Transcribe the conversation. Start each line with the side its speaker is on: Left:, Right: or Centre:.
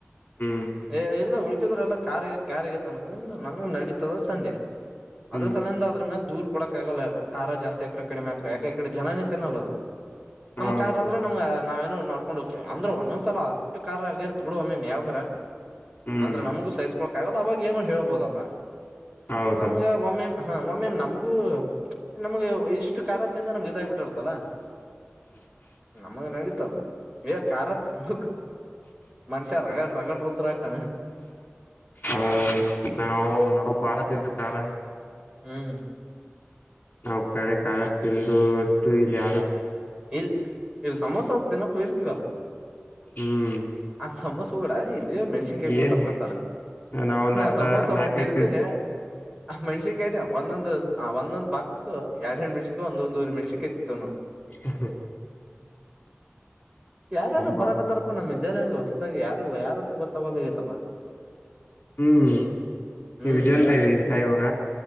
Left: ಹ್ಮ್
Right: ಏ ಇಲ್ಲ ಉುಳಕಿದ್ರ ಎಲ್ಲ ಕಾರ್ ಆಗತ್ ಕಾರ್ಗತ್ತ ಅನ ಇಲ್ಲ ನನ್ ನಡೀತದ ಸಂಜೆ
Left: ಹ್ಮ್
Right: ಅದ್ರ ಸಲಿಂದ ಅದ್ರ ಮೇಲ್ ದೂರ್ ಕೊಡಕ ಆಗಲ್ಲ ಕಾರ್ ಜಾಸ್ತಿ ಹಾಕ್ರ ಕಡಿಮೆಾಕ್ರ ಯಾಕೆ ಈ ಕಡೆ ಜನೇ ತಿನ್ನಲ್ಲ ಅದು
Left: ಹೌದು
Right: ನಮ್ ಕಾರ್ ಆದ್ರ ನಮಗ ನಾವೇನೋ ನಡ್ಕೊಂಡು ಹೋಗ್ತವಿ ಅಂದ್ರೆ ಒಂದೊಂದ್ಸಲ ಅಷ್ಟು ಕಾರ್ ಆಗಿರ್ತ್ ಬಿಡು ಒ ಮಮ್ಮಮ ಯಾವಾಗ
Left: ಹ್ಮ್
Right: ಅಂದ್ರೆ ನಮಗೂ ಸಹಿಸ್ಕೊಳ್ಕ ಆಗಲ್ಲ ಅವಾಗ ಏನು ಹೇಳ್ಬೋದಪ್ಪಾ
Left: ಹೌದು
Right: ನಮ್ಗೆ ಒಮ್ಮೆ ಹಾ ಮ ಮ್ಯಮ್ ನಮಗೂ ನಮ್ಗೆ ಇಷ್ಟು ಖ ತಿಿಂದ ನಮ್ ಇದಾಗಬಿಟ್ಟಿರತ್ತಲ್ಲ ನಮಗ ನಡೀತದ ಬೇ ಕಾರತ್ ನಿಮ ಮನುಷ್ಯ ರಗ ರಾಗಡ ರರುದರಾಗ ಕ
Left: ಆ ನಾವು ಬಾಳ ತಿಂತಿತಾರ
Right: ಹ್ಮ್
Left: ನಾವು ಕಳೆ ಕಾಲ ತಿಂದು ಅಷ್ಟು ಇಲ್ಲಿ ಯಾರ
Right: ಇಲ್ ಇದು ಸಮೋಸ ಅ ತಿಿನೋಕ್ಕೂ ಇರ್ತವಲ್ಲ
Left: ಹ್ಮ್
Right: ಆ ಸಮೋಸ ಸುಗಡ ಮೆಣ್ಸಿನ್ಕಾಯಿ ಕೂಡ
Left: ಏನ್
Right: ತರಗೊತ್ತಲ್ಲ
Left: ನಾವೊಂದ್
Right: ನಾ
Left: ಅರ್ಧ
Right: ಸಮೋಸ
Left: ನಾಕೈದು
Right: ಒಂದ್ ಇಡ್ತೀನನೆ ಆ ಮೆ್ಸಿಿಕ್ರ ಒಂದೊಂದಂದು ಒಂದೊಂದ್ ಭಾಗಕ್ಕ ಎರಡ್ ಎರಡ್ ಮೆಣ್ಸಿ ಒಂದೊಂದ್ಊರ್ ಮೆಣ್ಿಕ್ ಇತಿತ್ತು ನ
Left: ಹ
Right: ಯಾರ್ಯಾರು
Left: ಬಾ
Right: ಬರಕತ್ತಾರಪ್ಪ ನಮ್ದ ವಿದ್ಯಾಲಯದಲ್ಲಿ ಹೊಸದಾಗ ಯಾರು ಯಾರತ್ರ ಗೊತ್ತಗೊ್ೋಗೈತ್ತಪ್ಪ
Left: ಹ್ಮ್ ನೀ
Right: ಹ್ಮ್
Left: ವಿದ್ಯಾಲಯ ಇದಿದ್ದೀರಾ ಇವಾಗ